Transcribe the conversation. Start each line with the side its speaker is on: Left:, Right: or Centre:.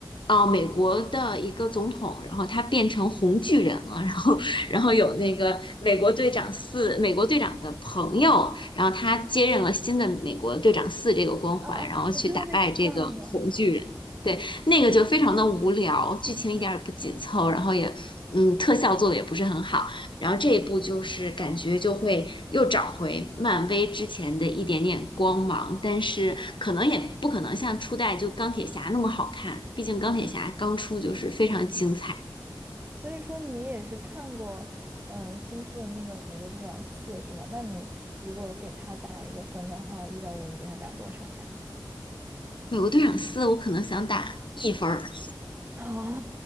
Left: 哦、呃美国的一个总统，然后他变成红巨人了，然后然后有那个美国队长四，美国队长的朋友。然后他接任了新的美国队长四这个光环，
Right: 啊啊，啊我知道那个，
Left: 然后去打败这个红巨人。
Right: 我知道那个。
Left: 对，那个就非常的无聊，剧情一点儿也不紧凑，然后也，嗯，特效做的也不是很好。然后这一部就是感觉就会又找回漫威之前的一点点光芒，但是可能也不可能像初代就钢铁侠那么好看，
Right: 哦，
Left: 毕竟钢铁侠刚出就是非常精彩。
Right: 嗯，所以说你也是看过，呃，新出的那个《美国队长四》是吗？那你如果给他打一个分的话，一到五，你给他打多少呀？
Left: 美国队长四我可能想打一分儿。
Right: <laughs> 啊，